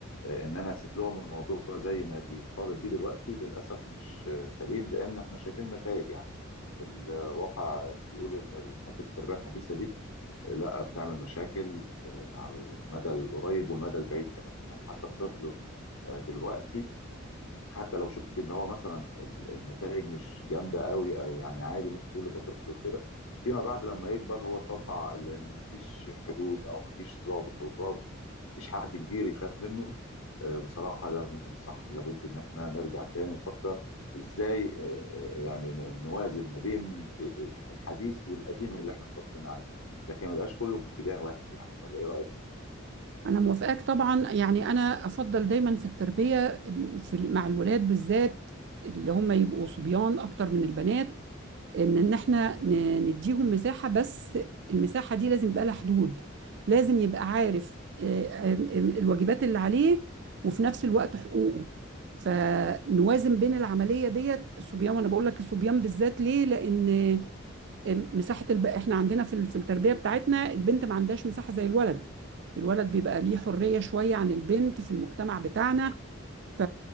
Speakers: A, on the left (about 75°); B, on the right (about 55°).
A: آه، ان انا اسيب لهم الموضوع زي ما بيطالب بيه دلوقتي للاسف مش آه، سليم لان احنا شايفين النتائج يعني الواقع بيقول ان حته التربيه الحديثه دي آه، لا بتعمل مشاكل آه، على المدى القريب والمدى البعيد كمان يعني حتى الطفل آه، دلوقتي حتى لو شفت ان هو مثلا ال- النتائج مش جامده قوي او يعني عادي ممكن تقول ده طفل وكده فيما بعد لما يكبر هو اتربى على ان مفيش حدود او مفيش ضابط او ضابط مفيش حد كبير يخاف منه آه، بصراحه ده مش صح لابد ان احنا نرجع تاني نفكر ازاي آه، آه، يعني ن- نوازن ما بين الح- الحديث والقديم اللي احنا اتربينا عليه لكن ما يبقاش كله في اتجاه واحد يعني ولا ايه رايك
B: أنا موافقاك طبعا يعني أنا أفضل دايما في التربية في مع الولاد بالذات اللي هم يبقوا صبيان أكتر من البنات إن إن إحنا ن- نديهم مساحة بس المساحة دي لازم يبقى لها حدود لازم يبقى عارف آه، آه، الواجبات اللي عليه وفي نفس الوقت حقوقه فنوازن بين العملية ديت الصبيان وأنا بقول لك الصبيان بالذات ليه؟ لأن مساحه الب... احنا عندنا في ال- في التربيه بتاعتنا البنت ما عندهاش مساحه زي الولد الولد بيبقى ليه حريه شويه عن البنت في المجتمع بتاعنا ف